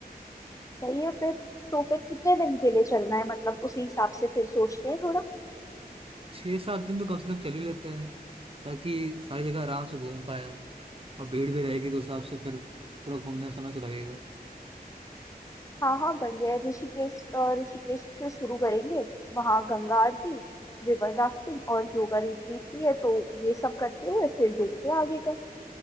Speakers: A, on the left; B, on the right.
A: सही है फिर तो फिर कितने दिन के लिए चलना है मतलब उसी हिसाब से फिर सोचते हैं थोड़ा
B: छः सात दिन तो कम से कम चल ही लेते हैं ताकि सारी जगह आराम से घूम पाए हम और भीड़ भी रहेगी तो उस हिसाब से फिर पूरा घूमने का समय तो लगेगा
A: हाँ हाँ बढ़िया है ऋषिकेश अ, ऋषिकेश से शुरू करेंगे वहाँ गंगा आरती रिवर राफ्टिंग और योगा रिट्रीट भी है तो ये सब करते हुए फिर देखते हैं आगे का